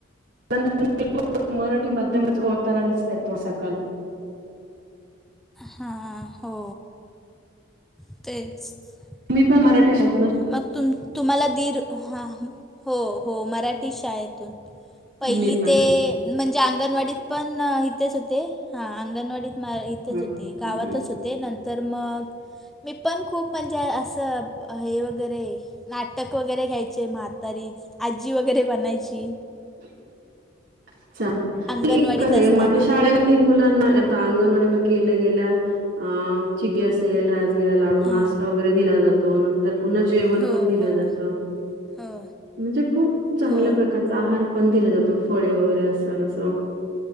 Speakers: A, on the right (about 65°); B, in the centre.
A: <unintelligible> मराठी माध्यमच ओळखताना दिसून येतो सकल.
B: हा हो. तेच.
A: मी पण मराठी शाळे --
B: मग तुम तुम्हाला दीर ह हो हो मराठी शाळेतून. पहिली
A: मी पण
B: ते म्हणजे अंगणवाडीत पण इथेच होते हा अंगणवाडीत नाही इथेच
A: हं
B: होते गावातच
A: हं हं.
B: होते. ते नंतर मग मी पण खूप म्हणजे असं ब हे वगैरे नाटक वगैरे घ्यायचे म्हातारी आजी वगैरे बनायची.
A: <unintelligible>
B: अंगणवाडीत
A: माझ्या
B: असताना
A: शाळेमध्ये मी मुलांना आता अंगणवाडी मध्ये गेल्या गेल्या आ चिकी असेल राजगिरा लाडू
B: हां
A: नाश्ता वगैरे दिला जातो नंत तर पुन्हा जेवण
B: हो
A: पण दिलं
B: हो
A: जात.
B: हो
A: म्हणजे खूप चांगल्या
B: हो
A: प्रकारचा आहार पण दिला जातो फळे वगैरे असेल असं.